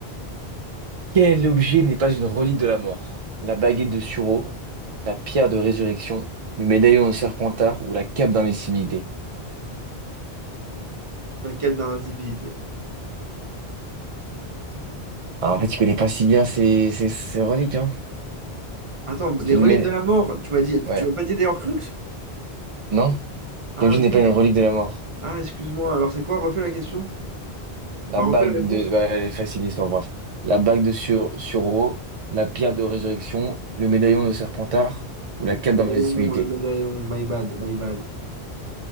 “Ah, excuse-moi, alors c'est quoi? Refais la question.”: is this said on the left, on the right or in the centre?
Right